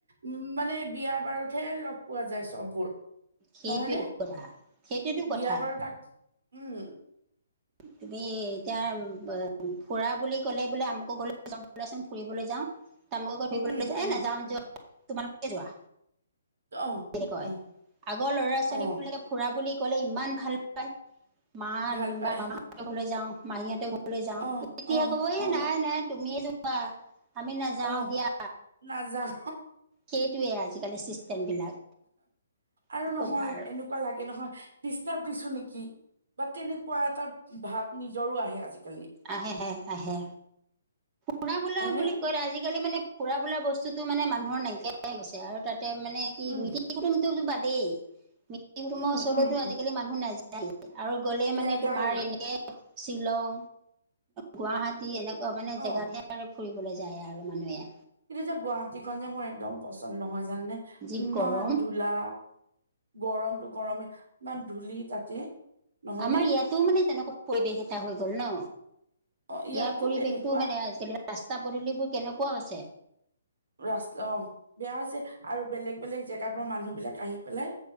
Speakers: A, on the right; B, on the right.
A: উম, মানে বিয়া বাৰুতহে লগ পোৱা যায় চববোৰ।
B: সেইটোৱেটো
A: নহয়নে?
B: কথা সেইটোৱেতো কথা
A: বিয়া বাৰু তাক, উম।
B: তুমি এতিয়া ফুৰা বুলি ক'লে বোলে আমুকো ঘৰলৈ যাব বলাচোন ফুৰিবলৈ যাওঁ <unintelligible> ফুৰিবলৈ
A: উম
B: লৈকে এহ
A: উম
B: নাযাও যোৱা, তোমালোকে যোৱা।
A: অ
B: কয়।
A: অ
B: আগৰ লৰা-ছোৱালী
A: অ
B: বোৰে ফুৰা বুলি ক'লে ইমান ভাল মান
A: ভাল পায়
B: বা মামাহঁতৰ ঘৰলৈ যাও, মাহীহঁতৰ ঘৰলৈ ঘৰলৈ যাও,
A: অ
B: তেতিয়া
A: অ
B: ক'ব এ
A: অ
B: নাই-নাই তুমিয়ে যোৱা, আমি নাযাও
A: অ
B: দিয়া।
A: নাযাও।
B: সেইটোৱে আজিকালি চিষ্টেম বিলাক।
A: আৰু
B: কি
A: নহয়
B: ক'বা আৰু
A: এনেকুৱা লাগে নহয়, ডিষ্টাৰ্ব দিছো নেকি? বা তেনেকুৱা এটা ভাব নিজৰো আহে আজিকালি।
B: আহে হে আহে। ফুৰা বোলা
A: হয়নে
B: বুলি কয়লে আজিকালি মানে ফুৰা বোলা বস্তুটো মানে মানুহৰ নাইকিয়াই হৈ গৈছে, আৰু তাতে মানে কি
A: উম
B: মিতিৰ কুটুম টো বাদেই মিতিৰ কুটুমৰ
A: উম
B: ওচৰলেটো
A: উম উম,
B: আজিকালি মানুহ নাযায়। আৰু গ'লে মানে
A: নেযায়ে
B: তোমাৰ এনে শ্বিলং গুৱাহাটী এনেকুৱা মানে
A: অ
B: জেগাতহে আৰু ফুৰিবলে যায় আৰু মানুহে।
A: কিন্তু যে গুৱাহাটীখন যে মোৰ একদম পচন্দ নহয় জানে নে?
B: যি
A: ইমান
B: গৰম
A: দূৰ ধোলা, গৰমতটো গৰমে ইমান ধূলি তাতে। নহয়নে
B: আমাৰ ইয়াতো মানে তেনেকুৱা পৰিৱেশ এটা হৈ গ'ল ন?
A: অ ইয়াতো
B: ইয়াৰ পৰিৱেশতো
A: তেনেকুৱা
B: মানে আজিকালি ৰাস্তা পদূলিবোৰ কেনেকুৱা হৈছে।
A: ৰাস্তা অ', বেয়া হৈছে আৰু বেলেগ-বেলেগ জেগাৰ পৰা মানুহ বিলাক আহি পেলাই